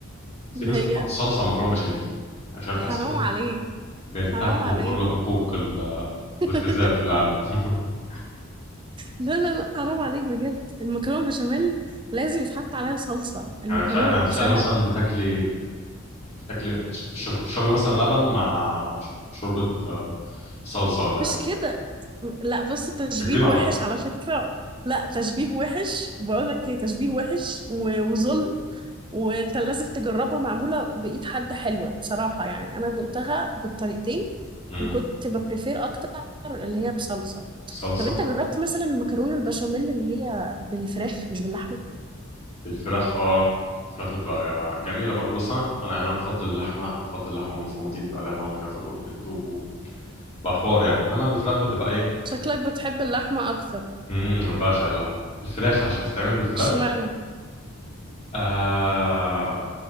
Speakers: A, on the left; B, on the right.
A: في
B: اللي
A: ناس
B: هي
A: بتحط صلصه على مكرونه بشاميل انا مش عارف
B: حرام
A: بحسهم
B: عليك
A: بينتهكوا
B: حرام عليك
A: كل حقوق ال-
B: <laughs>
A: الغذاء في العالم <laughs>
B: لا لا لا حرام عليك بجد المكرونة بشاميل لازم يتحط عليها صلصة المكرونة
A: يعني مش عارف يعني
B: نفسها
A: تخيلي مثلا بتاكلي بتاكلي تشربي مثلا لبن مع ش- شوربه آه، صلصه ولا حاجه
B: مش كده لا بص تشبيه
A: مش كبيرين على
B: وحش
A: بعض
B: على فكرة لا تشبيه وحش بقولك ايه تشبيه وحش و- وظلم وانت لازم تجربها معمولة بإيد حد حلوة بصراحة يعني أنا دقتها بالطريقتين
A: مم.
B: وكنت ببريفير أكتر اللي هي بصلصة
A: صلصه
B: طب أنت جربت مثلا المكرونة البشاميل اللي هي بالفراخ مش باللحمة
A: الفراخ اه الفراخ بتبقى جميله برضو بس انا انا يعني انا بفضل اللحمه بفضل اللحمه المفرومه دي بتبقى عليها طعم كده فب- بتدوب وبحوار يعني انما الفراخ بتبقى ايه
B: شكلك بتحب اللحمة أكتر
A: امم أنا بعشق اللحم الفراخ عشان تتعمل بالفراخ
B: اشمعنى
A: آه...